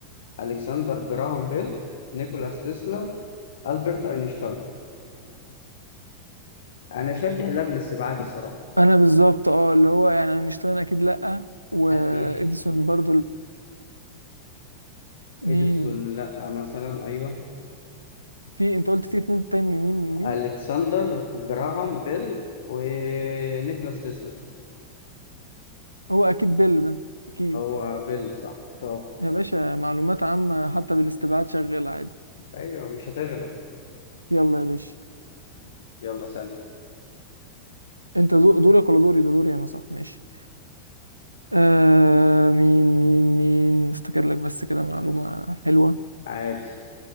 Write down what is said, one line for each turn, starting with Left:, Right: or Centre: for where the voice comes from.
Left: ألكسندر جراهام بيل نيكولاس تسلا ألبرت أينشتاين أنا شايف تحلها بالاستبعاد الصراحة
Right: انا بالظبط اه اللي هو يعني اينشتاين اكيد لا واديسون
Left: أكيد
Right: برضو لا. مين
Left: إديسون لأ مثلا أيوه
Right: في انت قلت في اتنين تاني مين مين
Left: ألكسندر جراهام بيل ونيكولاس تسلا
Right: هو اكيد بيل ده اكيد
Left: هو بيل صح برافو
Right: يا باشا معلومات عامة حتى بالاستبعاد شغال عادي
Left: أيوه مش هتغلب
Right: يلا يا باشا
Left: يلا سلام
Right: انت دو- دورك ولا دوري ده دوري انا صح ماشي آه مين مين مين افتكر لك بس كده معلومة حلوة
Left: عادي